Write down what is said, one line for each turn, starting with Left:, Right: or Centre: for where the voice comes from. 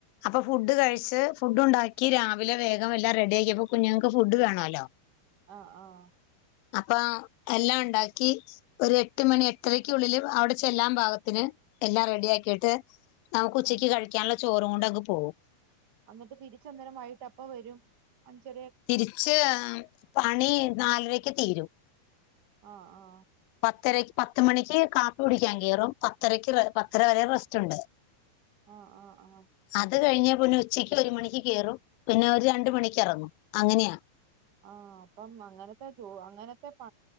Left: അപ്പൊ ഫുഡ് കഴിച്ച് ഫുഡ് ഉണ്ടാക്കി രാവിലെ വേഗം എല്ലാം റെഡി ആക്കിയപ്പോ കുഞ്ഞുങ്ങൾക്ക് ഫുഡ് വേണേല്ലോ
Right: ആഹ് ആഹ്
Left: അപ്പൊ എല്ലാം ഉണ്ടാക്കി ഒരു എട്ട് മണി എട്ടരക്കുള്ളിൽ അവിടെ ചെല്ലാം ഭാഗത്തിന് എല്ലാം റെഡിയാക്കിട്ട് നമുക്ക് ഉച്ചയ്ക്ക്
Right: ആഹ്
Left: കഴിക്കാനുള്ള ചോറും കൊണ്ടങ്ങ് പോവും
Right: എന്നിട്ട് തിരിച്ചന്നേരം വൈകീട്ട് എപ്പ വരും അഞ്ചര
Left: തിരിച്ച് പണി നാലരക്ക് തീരും
Right: ആഹ് ആഹ്
Left: പത്തര പത്ത് മണിക്ക് കാപ്പി കുടിക്കാൻ കയറും പത്തരയ്ക്ക് പത്തര വരെ റെസ്റ്റ് ഉണ്ട്
Right: ആഹ് ആഹ് ആഹ്
Left: അത് കഴിഞ്ഞ പിന്നെ ഉച്ചക്ക് ഒരു മണിക്ക് കയറും പിന്നെ ഒരു രണ്ട് മണിക്ക് ഇറങ്ങും അങ്ങനെയാ
Right: ആഹ് അപ്പം അങ്ങനത്തെ ജോ അങ്ങനത്തെ പ